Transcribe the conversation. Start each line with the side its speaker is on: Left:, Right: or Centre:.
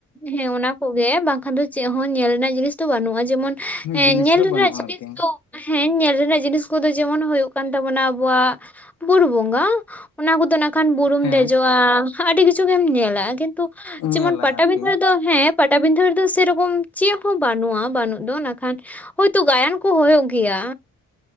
Centre: ᱦᱮᱸ ᱚᱱᱟ ᱠᱚᱜᱮ ᱵᱟᱝᱠᱷᱟᱱ ᱫᱚ ᱪᱮᱫ ᱦᱚᱸ ᱧᱮᱞ ᱨᱮᱱᱟᱜ ᱡᱤᱱᱤᱥ ᱫᱚ ᱵᱟᱹᱱᱩᱜᱼᱟ ᱡᱮᱢᱚᱱ ᱮᱸ
Left: ᱡᱤᱱᱤᱥ
Centre: ᱧᱮᱞ
Left: ᱫᱚ ᱵᱟᱹᱱᱩᱜᱼᱟ
Centre: ᱨᱮᱱᱟᱜ ᱡᱤᱱᱤᱥ
Left: ᱟᱨᱠᱤ
Centre: ᱫᱚ ᱦᱮᱸ ᱧᱮᱞ ᱨᱮᱱᱟᱜ ᱡᱤᱱᱤᱥ ᱠᱚᱫᱚ ᱡᱮᱢᱚᱱ ᱦᱩᱭᱩᱜ ᱠᱟᱱ ᱛᱟᱵᱚᱱᱟ ᱟᱵᱚᱣᱟᱜ ᱵᱩᱨᱩ ᱵᱚᱸᱜᱟ ᱚᱱᱟ ᱠᱚᱫᱚ ᱱᱟᱜ ᱠᱷᱟᱱ ᱵᱩᱨᱩᱢ
Left: ᱦᱮᱸ
Centre: ᱫᱮᱡᱚᱜᱼᱟ ᱟᱹᱰᱤ ᱠᱤᱪᱷᱩ ᱜᱮᱢ ᱧᱮᱞᱟ ᱠᱤᱱᱛᱩ
Left: ᱧᱮᱞᱟ
Centre: ᱡᱮᱢᱚᱱ ᱯᱟᱴᱟᱵᱤᱫᱟᱹ
Left: ᱟᱨᱠᱤ
Centre: ᱨᱮᱫᱚ ᱦᱮᱸ ᱯᱟᱴᱟᱵᱤᱸᱫᱷᱟᱹ ᱨᱮᱫᱚ ᱥᱮᱨᱚᱠᱚᱢ ᱪᱮᱫ ᱦᱚᱸ ᱵᱟᱹᱱᱩᱜᱼᱟ ᱵᱟᱹᱱᱩᱜ ᱫᱚ ᱱᱟᱠᱷᱟᱱ ᱦᱳᱭᱛᱚ ᱜᱟᱭᱟᱱ ᱠᱚ ᱦᱳᱭᱳᱜ ᱜᱮᱭᱟ᱾